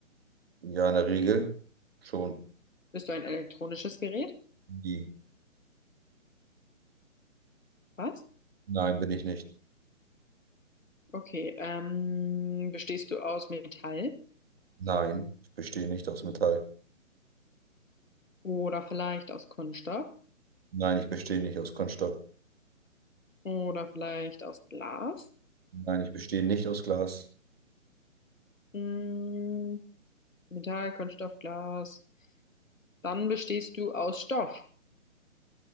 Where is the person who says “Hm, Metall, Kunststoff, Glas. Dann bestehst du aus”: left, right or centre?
Left